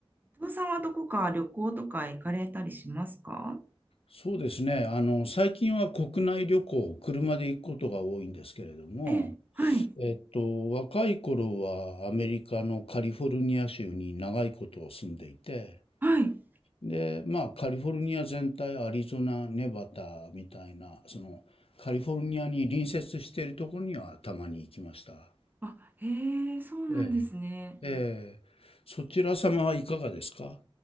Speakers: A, on the right; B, on the left.
A: 伊藤さんはどこか旅行とか行かれたりしますか
B: そうですね。あの、最近は国内旅行、車で行くことが多いんですけれども、
A: ええ、はい、
B: えっと、若い頃はアメリカのカリフォルニア州に長いこと住んでいて、
A: はい。
B: で、まあ、カリフォルニア全体、アリゾナ、ネバダみたいな、その、カリフォルニアに隣接しているところにはたまに行きました。
A: あ、へえ、そうなんですね。
B: ええ。ええ、そちら様はいかがですか